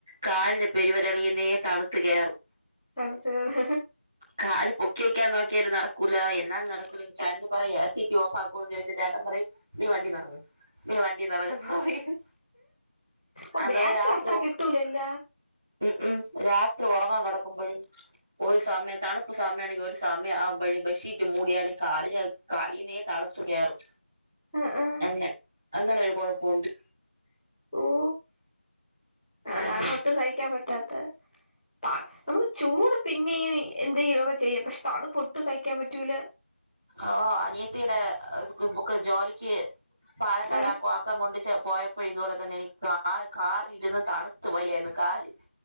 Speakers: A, on the right; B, in the centre.
A: കാലിന്റെ പെരുവരലീന്നേ തണുത്ത് കേറും.
B: തണുത്തത്
A: കാല് പൊക്കി വെക്കാൻനോ ൽ നടക്കൂല എന്നാലും നടക്കൂ ചാട്ടനോട് പറി യെസിറ്റി ഓഫാക്കോ ചോദിച്ച ചേട്ടൻ പറി നീ വണ്ടിനറങ്ങ് നി വണ്ടീന്നറങ്ങ് യെന്ന് പറയും.
B: ഓ
A: അതുപോലെ
B: ബാക്കില്
A: രാത്രി
B: അത്രക്കെതൂലല്ല
A: ഒ ഉം ഉം രാത്രി ഉറങ്ങാൻ കിടക്കുമ്പോഴും ഒരു സമയം തണുപ്പ് സമയമാണെങ്കിൽ ഒരു സമയം ആ ബെഡ്ഷീറ്റ് മൂടിയാലും കാലി കാലീനെ തണുപ്പ് കേറും.
B: ആഹ ആഹ.
A: അങ്ങനെ അങ്ങനെ ഒരു കുഴപ്പോണ്ട്.
B: ഓ അതാണ്
A: അങ്ങനെ
B: ഒട്ടും സഹിക്കാൻ പറ്റാത്തെ ത നമുക്ക് ചൂട് പിന്നെയും എന്തെലൊക്കെ ചെയ്യാം പക്ഷെ തണു പൊട്ടു സഹിക്കാൻ പറ്റൂല
A: ഓ അനിയത്തിയുടെ ക്ക് ജോലിക്ക് പാലക്കാട്
B: ആഹ്
A: ആ കാക്കം കൊണ്ട് ചെന്നു പോയപ്പോഴ ഇതുപോലെ തന്നെ എനി കാ കാറി ഇരുന്ന് തണുത് പോയേരുന്നു കാല്